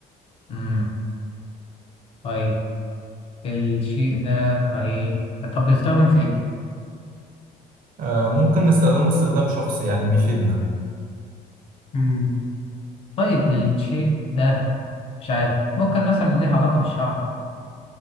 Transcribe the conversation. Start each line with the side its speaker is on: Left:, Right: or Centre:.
Left: امم طيب الشيء ده طيب طب بيستخدم في إيه؟
Right: آه، ممكن نستخدمه استخدام شخصي يعني بيفيدنا
Left: امم طيب الشيء ده مش عارف ممكن مثلا ليه علاقة بالشعر